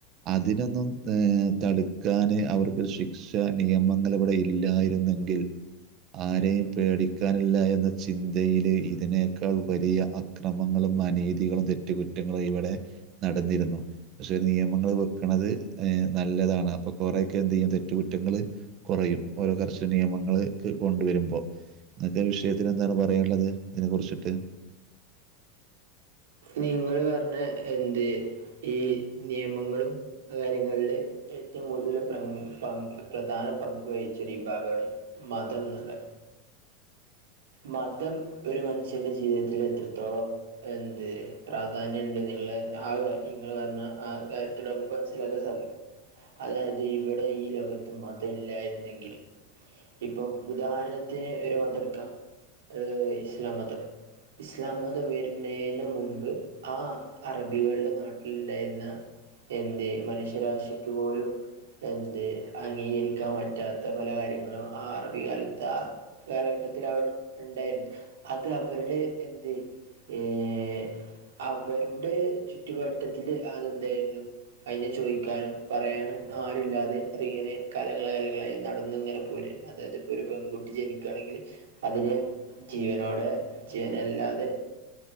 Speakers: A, on the right; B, on the right.
A: അതിനൊന്നും ഹ് തടുക്കാന് അവർക്കൊര് ശിക് ഷ, നിയമങ്ങൾ ഇവിടെ ഇല്ലായിരുന്നെങ്കിൽ. ആരെയും പേടിക്കാനില്ല എന്ന ചിന്തയില് ഇതിനേക്കാൾ. വലിയ അക്രമങ്ങളും, അനീതികളും, തെറ്റുകുറ്റങ്ങളും, ഇവിടെ നടന്നിരുന്നു. പക്ഷെ നിയമങ്ങള് വെക്ക്ണത് നല്ലതാണ് അപ്പൊ കൊറേയൊക്കെ എന്തയ്യും തെറ്റുകുറ്റങ്ങള്. കൊറയും ഓരോ കർശന നിയമങ്ങൾക്ക് കൊണ്ട് വരുമ്പോ ഇങ്ങക്ക് വി. ഇദ്ദേഹത്തിന് എന്താണ് പറയാനുള്ളത് ഇതിനെക്കുറിച്ചിട്ട്. <inaudible>
B: നിങ്ങള് പറഞ്ഞ എന്ത് ഈ നിയമങ്ങളും. കാര്യങ്ങളില് ഏറ്റവും കൂടുതൽ പ്ര പങ് പ്രധാന പങ്ക് വഹിച്ച ഒരു വിഭാഗാണ്. മതംന്നുള്ള മതം ഒരു മനുഷ്യന്റെ ജീവിതത്തിൽ എത്രത്തോളം എന്ത് പ്രാധാന്യണ്ട്ന്നുള്ള ആ നിങ്ങള് പറഞ്ഞ ആ കാര്യത്തിൽ നമുക്ക സ്സിലാക്കാൻ സാധിക്കും അതായത് ഇവിടെ ഈ ലോകത്ത് മതം ഇല്ലായിരുന്നെങ്കില് ഇപ്പം ഉദാഹരണത്തിന് ഒരു മതട്ക്ക ഏഹ് ഇസ്ലാമതം ഇസ്ലാമതം വര്ന്നയ്ന്റെ മുമ്പ് ആ അറബികൾടെ നാട്ടിൽണ്ടായിരുന്ന എന്തേ മനുഷ്യരാശിക്ക്പോലും എന്ത് അംഗീകരിക്കാൻ പറ്റാത്ത പലകാര്യങ്ങളും ആ അറബികാലത്ത കാലഘട്ടത്തില് അവ ഉണ്ടായിര്ന്ന് അത് അവരുടെ എന്ത് ഏഹ് അവരുടെ ചുറ്റുവട്ടത്തില് അതെന്തായിരുന്നു അതിനെ ചോദിക്കാനും പറയാനും ആരുല്ലാതെ അതിങ്ങനെ കാലങ്ങളായി കാലങ്ങളായി നടന്നിങ്ങനെ പോര ആയിരുന്ന് അതായത്പ്പോരു പെൺകുട്ടി ജനിക്കാണെങ്കിൽ അതിനെ ജീവനോടെ ജീവനല്ലാതെ